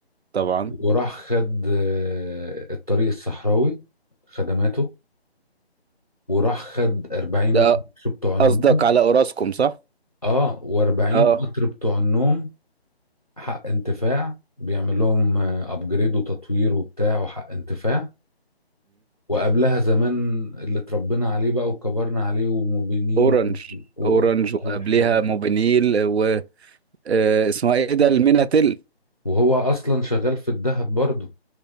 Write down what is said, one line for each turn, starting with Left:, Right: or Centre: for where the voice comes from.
Right: طبعا
Left: وراح خد آه، الطريق الصحراوي خدماته وراح خد 40
Right: ده
Left: القطر بتوع النوم
Right: قصدك على اوراسكوم صح؟
Left: اه و40
Right: اه
Left: قطر بتوع النوم حق انتفاع بيعمل لهم ابجريد وتطوير وبتاع وحق انتفاع وقبلها زمان اللي اتربينا عليه بقى وكبرنا عليه وموبينيل
Right: اورنج
Left: وقطر
Right: اورنج وقبليها
Left: والحاجات دي
Right: موبينيل و آه، اسمها ايه ده الميناتيل
Left: وهو اصلا شغال في الذهب برضه